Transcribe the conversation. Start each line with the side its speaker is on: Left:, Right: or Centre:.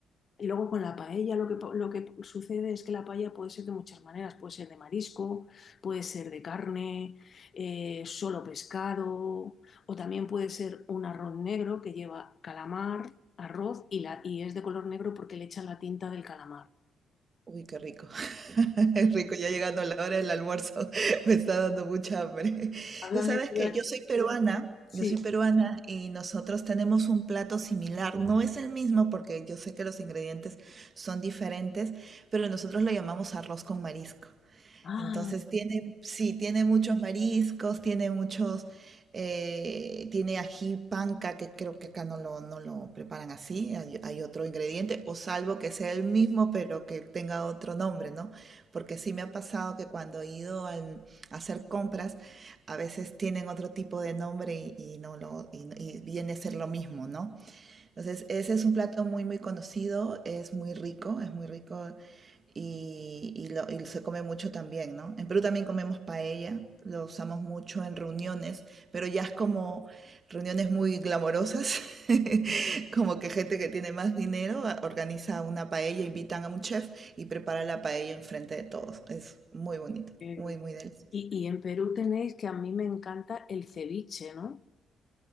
Left: Y luego con la paella lo que, po- lo que sucede es que la paella puede ser de muchas maneras. Puede ser de marisco, puede ser de carne, eh, solo pescado, o también puede ser un arroz negro que lleva calamar, arroz y, la, y es de color negro porque le echan la tinta del calamar.
Right: Uy, qué rico. <laughs> Es rico, ya llegando la hora del almuerzo, <laughs> me está dando mucha hambre.
Left: Háblame
Right: Tú sabes
Left: tú
Right: que
Left: de-
Right: yo soy peruana,
Left: Sí.
Right: yo soy peruana y nosotros tenemos un plato similar. No es el mismo porque yo sé que los ingredientes son diferentes, pero nosotros lo llamamos arroz con marisco.
Left: Ah,
Right: Entonces tiene, sí, tiene muchos mariscos, tiene muchos, eh, tiene ají panca, que creo que acá no lo, no lo preparan así, hay, hay otro ingrediente, o salvo que sea el mismo, pero que tenga otro nombre, ¿no? Porque sí me ha pasado que cuando he ido al- a hacer compras, a veces tienen otro tipo de nombre y, y no lo, y, no- y viene a ser lo mismo, ¿no? Entonces, ese es un plato muy, muy conocido, es muy rico, es muy rico y, y lo- y se come mucho también, ¿no? En Perú también comemos paella, lo usamos mucho en reuniones, pero ya es como reuniones muy glamorosas, <laughs> como que gente que tiene más dinero a- organiza una paella, invitan a un chef y prepara la paella enfrente de todos. Es muy bonito,
Left: qué bien.
Right: muy, muy delicioso.
Left: Y, y en Perú tenéis que a mí me encanta el ceviche, ¿no?